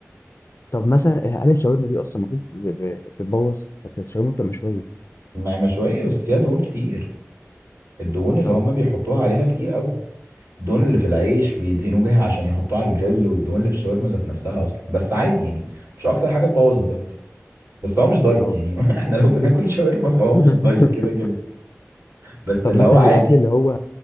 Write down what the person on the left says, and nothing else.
طب مثلا آه، هل الشاورما دي اصلا المفروض ب- ب- بتبوظ اصل الشاورما بتبقى مشويه
اه
اه
<laughs>
طب
مثلا
الاكل اللي هو